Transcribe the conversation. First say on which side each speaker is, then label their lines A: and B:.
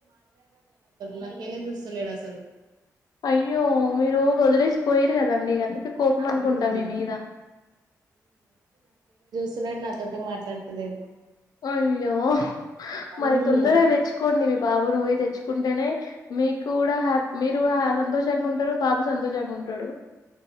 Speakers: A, on the right (about 80°); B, on the left (about 70°).
A: నా కేలే చూస్త లేడు అసలు
B: అయ్యో మీరు వదిలే సి పోయిరు కదండి అందుకే కోపం అనుకుంటా
A: ఉమ్
B: మీ మీద
A: చిన్నోడు నాతోటే మాట్లాడుతలేడు
B: అయ్యో మరి
A: ఉమ్
B: తొందరగా తెచ్చుకోండి మీ బాబును పోయి తెచ్చు తెచ్చుకుంటేనే మీకు కూడా హ్యాపి మీరు సంతోషంగా ఉంటారు బాబు సంతోషంగా ఉంటాడు